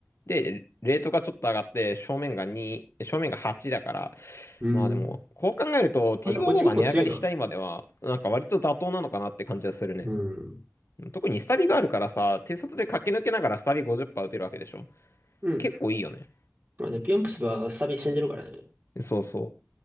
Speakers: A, on the left (about 65°); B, on the right (about 40°).
A: で、レートがちょっと上がって、正面が2、正面が8だから、
B: うん。
A: まあでも、こう考えると T55
B: あ、じゃあこいつ結構強いな。
A: が値上がりした今では、なんか割と妥当なのかなって感じがするね。
B: うん。
A: 特にスタビがあるからさ、偵察で駆け抜けながらスタビ50%打てるわけでしょ。
B: うん。
A: 結構いいよね。
B: まあね、ピヨンプスはスタビ死んでるからね。
A: そうそ